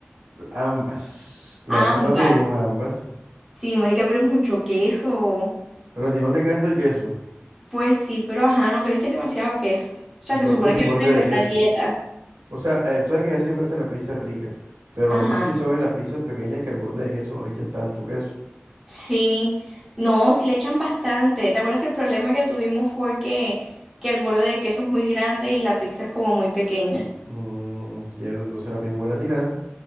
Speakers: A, on the right; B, in the centre.
A: ambas. La
B: Ambas.
A: vez pasada pedimos ambas.
B: Sí, marica, pero es mucho queso.
A: Pero a ti no te encanta el queso.
B: Pues sí, pero ajá, ¿no crees que es demasiado queso? O sea,
A: Entonces
B: se supone
A: sin
B: que vamos
A: borde
B: a empezar
A: de queso.
B: dieta.
A: O sea, eh, sabes que ya siempre hacen la pizza rica, pero
B: Ajá.
A: no sé si son en las pizzas pequeñas que al borde de queso no le echen tanto queso.
B: Sí. No, sí le echan bastante. ¿Te acuerdas que el problema que tuvimos fue que, que el borde de queso es muy grande y la pizza es como muy pequeña?
A: Mm, cierto, entonces la pedimos gratinada.